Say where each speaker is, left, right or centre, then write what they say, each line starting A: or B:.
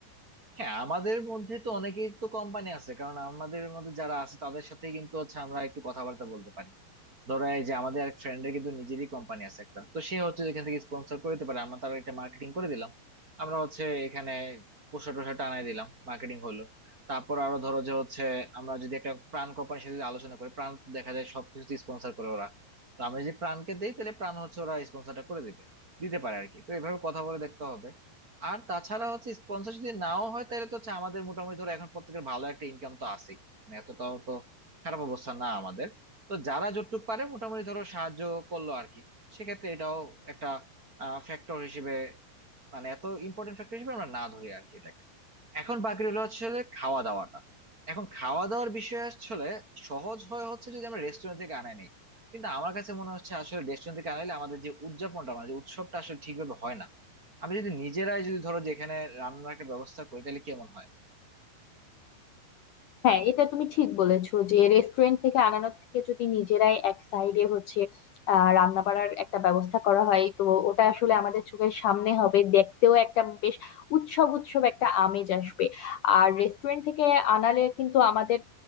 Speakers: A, on the right; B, on the left.
A: হ্যাঁ আমাদের মধ্যে তো অনেকেই তো কোম্পানি আছে কারণ আমাদের মধ্যে যারা আছে তাদের সাথে কিন্তু হচ্ছে আমরা একটু কথাবার্তা বলতে পারি ধরো এই যে আমাদের এক ফ্রেন্ডের কিন্তু নিজেরই কোম্পানি আছে একটা তো সে হচ্ছে যেখান থেকে স্পন্সর করে দিতে পারে আমরা তার একটা মার্কেটিং করে দিলাম আমরা হচ্ছে এখানে পোস্টার টোস্টার টানাই দিলাম মার্কেটিং হলো তারপর আরো ধরো যে হচ্ছে আমরা যদি একটা প্রাণ কোম্পানির সাথে যদি আলোচনা করি প্রাণ তো দেখা যায় সবকিছু স্পন্সর করে ওরা তো আমরা যদি প্রাণকে দেই তাহলে প্রাণ হচ্ছে ওরা স্পন্সরটা করে দিবে দিতে পারে আর কি তো এভাবে কথা বলে দেখতে হবে আর তাছাড়া হচ্ছে স্পন্সর যদি নাও হয় তাহলে তো হচ্ছে আমাদের মোটামুটি ধরো এখন প্রত্যেকের ভালো একটা ইনকাম তো আছেই মানে এতটাও তো খারাপ অবস্থা না আমাদের তো যারা যতটুকু পারে মোটামুটি ধরো সাহায্য করলো আর কি সেক্ষেত্রে এটাও একটা ফ্যাক্টর হিসেবে মানে এত ইম্পর্টেন্ট ফ্যাক্টর হিসেবে আমরা না ধরি আর কি এটাকে এখন বাকি রইলো হচ্ছে যে খাওয়া দাওয়াটা এখন খাওয়া দাওয়ার বিষয়ে আসলে সহজ হয় হচ্ছে যদি আমরা রেস্টুরেন্ট থেকে আনাই নিই কিন্তু আমার কাছে মনে হচ্ছে আসলে রেস্টুরেন্ট থেকে আনাইলে আমাদের যে উদযাপনটা মানে যে উৎসবটা আসলে ঠিকভাবে হয় না আমি যদি নিজেরাই যদি ধরো যেখানে রান্নার একটা ব্যবস্থা করি তাহলে কেমন হয়
B: হ্যাঁ এটা তুমি ঠিক বলেছো যে রেস্টুরেন্ট থেকে আনানোর থেকে যদি নিজেরাই এক সাইডে হচ্ছে আহ রান্না বাড়ার একটা ব্যবস্থা করা হয় তো ওটা আসলে আমাদের চোখের সামনে হবে দেখতেও একটা বেশ উৎসব উৎসব একটা আমেজ আসবে আর রেস্টুরেন্ট থেকে আনালে কিন্তু আমাদের